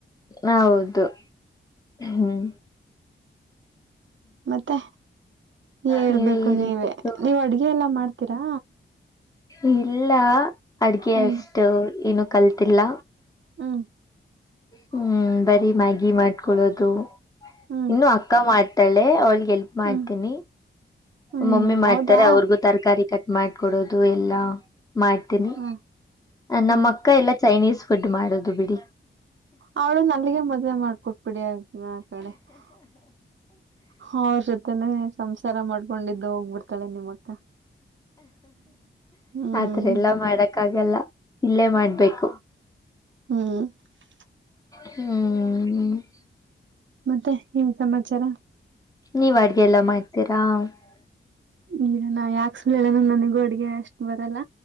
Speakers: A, on the left; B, on the right.
A: ಹೌದು ಹ್ಮ್
B: ಮತ್ತೆ ಹೇಳ್ಬೇಕು
A: ನೀವೇ ಹೇಳ್ಬೇಕು
B: ನೀವ ನೀವ್ ಅಡ್ಗೆ ಎಲ್ಲಾ ಮಾಡ್ತೀರಾ.
A: ಇಲ್ಲ ಅಡ್ಗೆ
B: ಹ್ಮ್
A: ಅಷ್ಟು ಏನು ಕಲ್ತಿಲ್ಲ.
B: ಹ್ಮ
A: ಹೂ ಬರೀ ಮ್ಯಾಗಿ ಮಾಡ್ಕೊಳೋದು
B: ಹ್ಮ್
A: ಇನ್ನು ಅಕ್ಕ ಮಾಡ್ತಾಳೆ ಅವಳಿಗೆ <unintelligible> ಹೆಲ್ಪ್ ಮಾಡ್ತೀನಿ
B: ಹ್ಮ್ ಹ್ಮ್
A: ಮಮ್ಮಿ ಮಾಡ್ತಾರೆ
B: ಹೌದಾ
A: ಅವ್ರಿಗೂ ತರಕಾರಿ ಕಟ್ಟ <unintelligible> ಮಾಡ್ಕೊಡೋದು ಎಲ್ಲಾ ಮಾಡ್ತೀನಿ
B: ಹ ಹ
A: ನಮ್ಮ ಅಕ್ಕ ಎಲ್ಲಾ ಚೈನೀಸ್ <unintelligible> ಫುಡ್ ಮಾಡೋದು ಬಿಡಿ. <inaudible>
B: ಅವಳು ನಲ್ಲಿಗೆ ಮದ್ವೆ ಮಾಡ್ಕೊಟ್ಟುಬಿಡಿ ಯಾಕ ಕಡೆ. <unintelligible> ಹೌರ ಜೊತಿನ ಸಂಸಾರ ಮಾಡ್ಕೊಂಡಿದ್ದು ಹೋಗ್ಬಿಡ್ತಾಳೆ ನಿಮ್ಮ ಅಕ್ಕಾ? <unintelligible> ಹ್ಮ್
A: ಆತರ ಎಲ್ಲಾ ಮಾಡಕ ಆಗಲ್ಲ ಇಲ್ಲೇ ಮಾಡ್ಬೇಕು. <unintelligible>
B: ಹು <unintelligible>
A: ಹು <unintelligible>
B: ಮತ್ತೆ ಏನ್ ಸಮಾಚಾರ
A: ನೀವ್ ಅಡಗೆ ಎಲ್ಲಾ ಮಾಡ್ತೀರಾ? <unintelligible>
B: ಈಗ ನಾ ಯಾಕ್ ಸುಳ್ಳೇಳನ ನನಗೂ ಅಡಿಗೆ ಅಷ್ಟು ಬರಲ್ಲ